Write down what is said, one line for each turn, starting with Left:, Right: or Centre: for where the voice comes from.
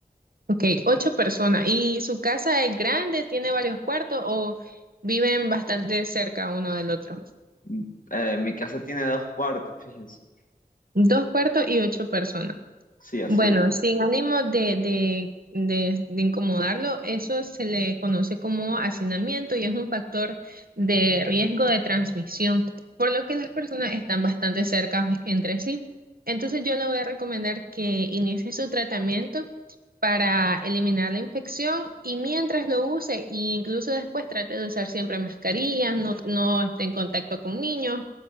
Right: Ok, ocho personas. ¿Y su casa es grande, tiene varios cuartos o viven bastante cerca uno del otro?
Left: Mm, eh, mi casa tiene dos cuartos, fíjese.
Right: Dos cuartos y ocho personas.
Left: Sí, así
Right: Bueno,
Left: es.
Right: sin ánimo de, de, de, de incomodarlo, eso se le conoce como hacinamiento y es un factor de riesgo de transmisión, por lo que las personas están bastante cerca entre sí. Entonces yo le voy a recomendar que inicie su tratamiento para eliminar la infección y mientras lo use, e incluso después trate de usar siempre mascarillas, no, no esté en contacto con niños